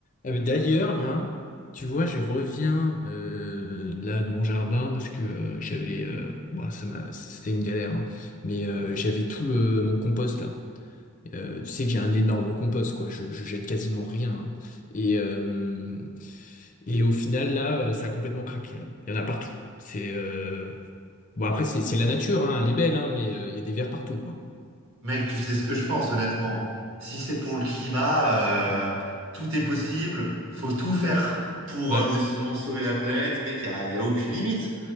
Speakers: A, on the left; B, on the right.
A: Euh, D'ailleurs, là, tu vois, je reviens euh, là de mon jardin parce que euh, j'avais, euh, bon, ça m'a, c'était une galère, hein, mais euh, j'avais tout le mon compost là. Euh, tu sais que j'ai un énorme compost, quoi. Je, je jette quasiment rien. hein. Et euh, et au final, là, euh, ça a complètement craqué. Là. Il y en a partout. C'est euh, bon après, c'est c'est la nature, hein, elle est belle, hein, mais euh, il y a des vers partout, quoi.
B: Mec, tu sais ce que je pense, honnêtement. Si c'est pour le climat, euh, tout est possible. Faut tout faire pour
A: Ouais.
B: euh, Ouais. justement sauver la planète. Mec, il n'y a, y a aucune limite.